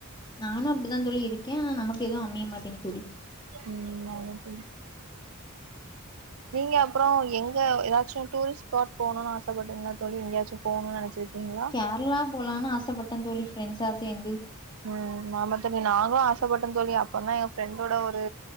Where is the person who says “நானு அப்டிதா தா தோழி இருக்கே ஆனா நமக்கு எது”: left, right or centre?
Left